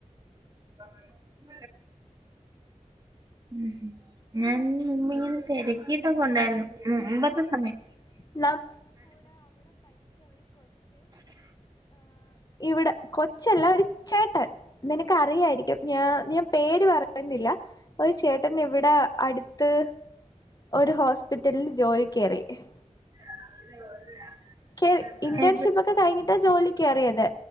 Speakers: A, on the right (about 30°); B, on the left (about 30°).
A: <unintelligible> ഉ ഞാൻ മുമ്പിങ്ങിനെ തിരക്കിട്ടൊക്കൊണ്ടായിര്ന്നു മുമ്പത്തെ സ്
B: <unintelligible> ഇവിടെ കൊച്ചല്ല ഒരു ചേട്ടൻ നിനക്കറിയായിരിക്കും ഞ ഞാൻ പേര് പറയുന്നില്ല ഒരു ചേട്ടൻ ഇവിടെ അട്ത്ത് ഒരു ഹോസ്പിറ്റലിൽ ജോലി കേറി ഹ്
A: <unintelligible>
B: <unintelligible> ക്യറിയതെ
A: എവ്